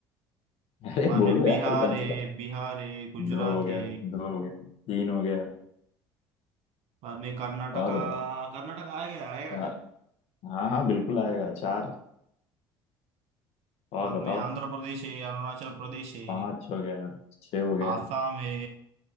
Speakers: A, on the left; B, on the right.
A: <laughs> अरे
B: बाद
A: बोलो
B: में बिहार
A: यार कम
B: है
A: से कम
B: बिहार है गुजरात
A: दो हो गया
B: है
A: दो हो गया तीन हो गया
B: बाद में कर्नाटका
A: और बताओ
B: कर्नाटका आएगा आएगा
A: चार
B: क्या
A: हाँ हाँ बिल्कुल आएगा चार और
B: बाद
A: बताओ
B: में आंध्र प्रदेश है अरुणाचल प्रदेश है
A: पांच हो गया छह हो गया
B: आसाम है